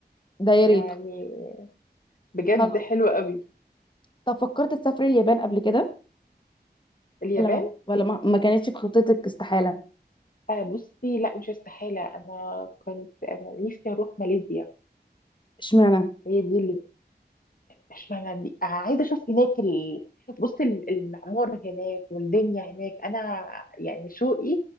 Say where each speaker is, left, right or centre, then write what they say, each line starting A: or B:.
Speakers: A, on the left (about 25°); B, on the left (about 55°).
A: ده يا
B: يعني
A: ريت
B: بجد
A: خلاص
B: حلو قوي
A: طب فكرت تسافري اليابان قبل كده
B: اليابان
A: ولا ما ولا ما, ما كانتش في خطتك استحالة
B: آه بصي لا مش استحالة انا كنت انا نفسي اروح ماليزيا
A: اشمعنى
B: هي دي اشمعنى دي عايزه اشوف هناك ال... بص ال- المعمار هناك والدنيا هناك انا يعني شوقي